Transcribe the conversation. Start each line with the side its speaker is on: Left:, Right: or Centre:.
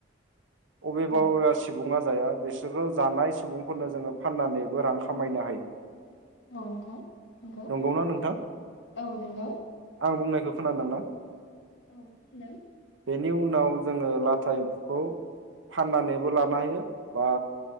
Right: अबेबा
Left: औ
Right: अबेबा सुबुङा जाया बिसोरो जानाय सुबुंफोरनो जोङो फाननानैबो रां खामायनो हायो
Left: औ नोंथां नंगौ
Right: नोंगौना ना नोंथां
Left: औ नंगौ
Right: आं बुंनायखौ खोनादोंना
Left: औ <unintelligible>
Right: बिनि उनाव जोङो लाथा एम्फौखौ फाननानैबो लानो हायो बा